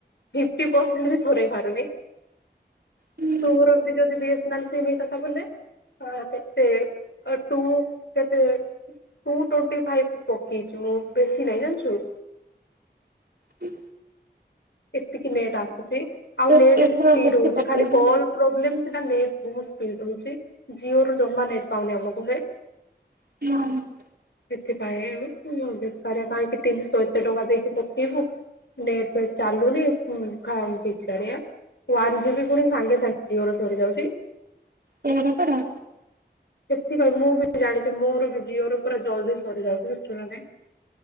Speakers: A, on the left (about 80°); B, on the right (about 60°).
A: ଫିପଟି ପର୍ସେଣ୍ଟ ବି ସରେଇ ପାରୁନି।
B: ହୁଁ
A: ତୋର ବି ଯଦି ବି ଏସ ନାଲ୍ ସିଏ ବି ହେଇଥାନ୍ତା ଖଣ୍ଡେ, କେତେ ଟୁ କେତେ ଟୁ ଟ୍ୱଣ୍ଟି ଫାଇଭ ପକେଇଛି ମୁଁ ବେଶୀ ନାଇଁ ଜାଣିଛୁ।
B: ହୁଁ।
A: ଏତିକି ନେଟ୍ ଆସୁଛି ଆଉ
B: ଏ
A: ନେଟ୍
B: ଏଥର
A: ବି ସ୍ପିଡ
B: ବେଶୀ
A: ହଉଛି
B: ପକେଇବି।
A: ଖାଲି କଲ୍ ପ୍ରୋବ୍ଲେମ ସେଟା ନେଟ୍ ବହୁତ ସ୍ପିଡ ହଉଛି ଜିଓ ରୁ ଜମା ନେଟ୍ ପାଉନି ଆମ ଘରେ।
B: <unintelligible>
A: ସେଥିପାଇଁ ବେକାରିଆ କାହିଁକି ତିନିଶହ ଏତେ ଟଙ୍କା ଦେଇକି ପକେଇବୁ। ନେଟ୍ ଫେଟ୍ ଚାଲୁନି ହୁଁ ଖା ବିଚାରିଆ। ୱାନ୍ ଜିବ ବି ପୁଣି ସାଙ୍ଗେ ସାଙ୍ଗେ ଜିଓର ସରିଯାଉଛି।
B: ସେଇ ଗୋଟାକ କର।
A: ସେଥିପାଇଁ ମୁଁ ବି ଜାଣିଛିି ମୋର ଜିଓ ର ପୁରା ଜଲଦି ସରିଯାଉଛି ଜଣା ନାହିଁ।